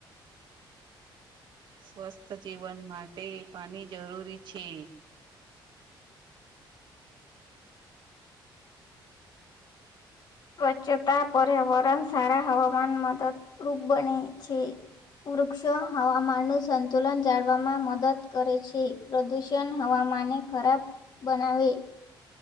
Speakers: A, on the right; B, on the left.
A: સ્વસ્થ જીવન માટે પાની જરૂરી છે.
B: સ્વચ્છતા પર્યાવરણ સારા હવામાન મદદરૂપ બની છે. વૃક્ષો હવામાનનું સંતુલન જાળવામાં મદદ કરે છે. પ્રદુષણ હવામાન ને ખરાબ બનાવે.